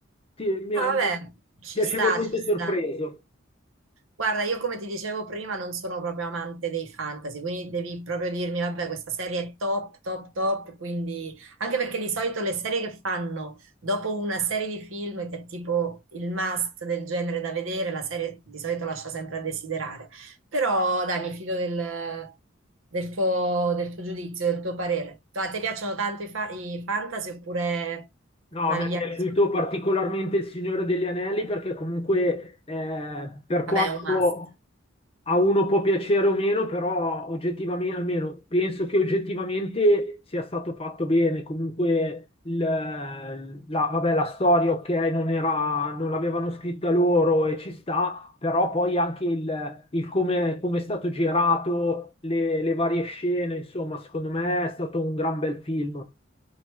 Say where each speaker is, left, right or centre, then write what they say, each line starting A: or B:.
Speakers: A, on the left (about 30°); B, on the right (about 75°).
A: ti- mi
B: Ah,
A: ha
B: vabbè,
A: mi ha
B: ci
A: piacevolmente
B: sta, ci sta.
A: sorpreso.
B: Guarda, io come ti dicevo prima non sono proprio amante dei fantasy, quindi devi proprio dirmi, vabbè, questa serie è top, top, top, quindi anche perché di solito le serie che fanno dopo una serie di film che è tipo il must del genere da vedere, la serie di solito lascia sempre a desiderare. Però dai, mi fido del, del tuo, del tuo giudizio, del tuo parere. A te piacciono tanto i, fa- i fantasy oppure
A: No,
B: navighi
A: mi è piaciuto
B: anche su altri?
A: particolarmente Il Signore degli Anelli perché comunque eh, per quanto
B: Vabbè, è un must.
A: a uno può piacere o meno, però oggettivamente, almeno penso che oggettivamente sia stato fatto bene. Comunque il- la, vabbè, la storia, ok, non era, non l'avevano scritta loro e ci sta, però poi anche il, il come, come è stato girato, le, le varie scene, insomma, secondo me è stato un gran bel film.